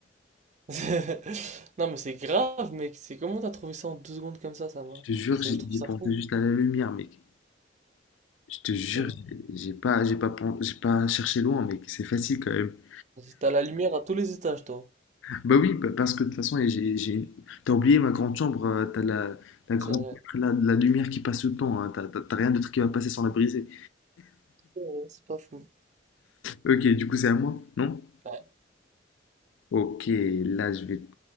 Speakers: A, on the right; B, on the left.
A: <laughs> Non mais c'est grave, mec. C'est comment t'as trouvé ça en deux secondes comme ça, ça
B: <laughs>
A: va.
B: je te jure,
A: C'est,
B: j'y
A: je trouve
B: j'y
A: ça
B: ai pensé
A: fou.
B: juste à la lumière, mec. Je te jure,
A: Euh,
B: j'ai j'ai pas, j'ai pas, pen- j'ai pas cherché loin, mec. C'est facile quand même. <laughs>
A: T'as la lumière à tous les étages, toi.
B: Bah oui, pa- parce que de toute façon, et j'ai, j'ai... t'as oublié ma grande chambre. euh, T'as la, la grande,
A: C'est vrai.
B: la, la lumière qui passe tout le temps. hein. T'as, t'as- t'as rien d'autre qui va passer sans la briser.
A: C'est vrai, c'est pas fou.
B: Ok, du coup, c'est à moi, non?
A: Ouais,
B: Ok, là, je vais,